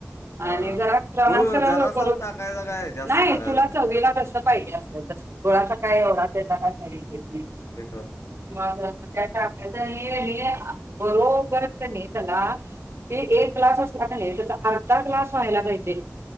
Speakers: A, on the right (about 50°); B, on the left (about 60°).
A: आणि
B: हा हा
A: जरा प्रमाण
B: गुळ
A: सगळं
B: जरासाच
A: बरोबर
B: टाकायचा काय जास्त
A: नाही
B: टाकायचा
A: तुला चवीला जसं पाहिजे असेल तसं गुळाचा काय एवढा त्याचा काय साईड इफेक्ट नाही
B: ते का
A: मग आता त्यात टाकायचा कनी बरोबर कनी त्याला ते एक ग्लास असला क नाही त्याचा अर्धा ग्लास व्हायला पाहिजे